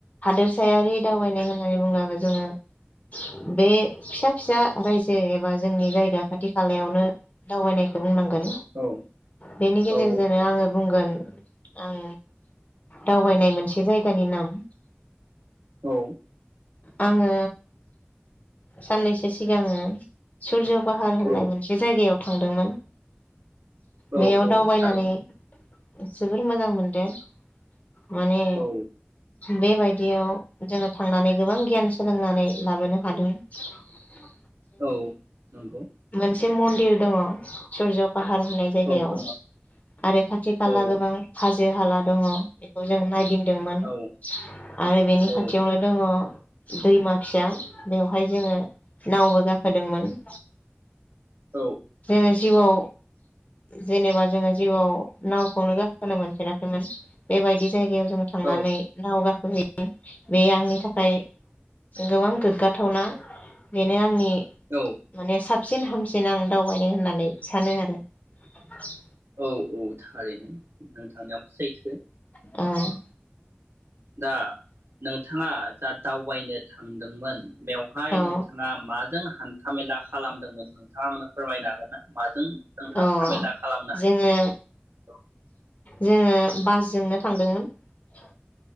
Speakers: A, on the left; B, on the right.
A: हादोर फिसायारि दावबायनाय होननानै बुब्लाबो जोङो बे फिसा फिसा रायजो एबा जोंनि जायगा खाथि खालायावनो दावबायनायखौ बुंनां गोन
B: औ
A: बेनि गेजेरजोंनो
B: औ
A: आङो बुंगोन आं दावबायनाय मोनसे जायगानि नाम
B: औ
A: आङो साननैसो सिगाङो सुरज' पाहार होननाय
B: औ
A: मोनसे जायगायाव थांदोंमोन
B: औ
A: बेयाव
B: औ
A: दावबायनानै
B: थारैनो
A: जोबोर मोजां मोनदों । माने
B: औ
A: बेबायदि दियाव जोङो थांनानै गोबां गियान सोलोंनानै लाबोनो हादों ।
B: औ नंगौ
A: मोनसे मन्दिर दङ सुरज' फाहार होननाय जायगायाव
B: औ दङ
A: आरो खाथि खाला
B: औ
A: गोबां हा हाला दङ बेखौ जों नायदिं दोंमोन
B: औ
A: आरो बेनि
B: औ
A: खाथियावनो दङ दैमा फिसा बेवहाय जोङो नावबो गाखोदोंमोन <inaudible>
B: औ
A: जोङो जिउआव जेनेबा जोङो जिउआव नावखौनो गाखोनो मोनफेराखैमोन बेबायदि । जायायाव जों थांनानै
B: औ
A: नाव गाखोयो बे आंनि थाखा खाय गोबां गोग्गाथावना बेनो आंनि
B: औ
A: माने सा सिन हामसिन आं दावबायनो होननानै सानो आरो ।
B: औ औ थारैनो नों थांनायाबो सैथो
A: औ
B: दा नों थाङा दा दावबायनो थांदोंमोन बेवहाय
A: औ
B: नोंथाङा माजों हान्थामेला खालामदोंमोन नोंथाङा आंनो फोरमायनो हागोन ना माजों जों हान्थामेला
A: अ
B: खालामनो हायो
A: जोङो जोङो बासजोंनो थांदोंमोन ।